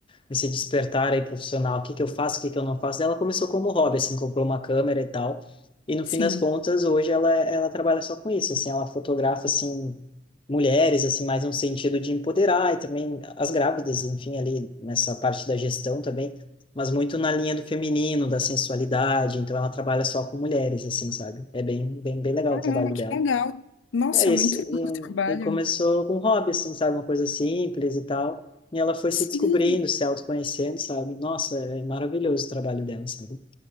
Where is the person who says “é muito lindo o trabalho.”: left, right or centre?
Left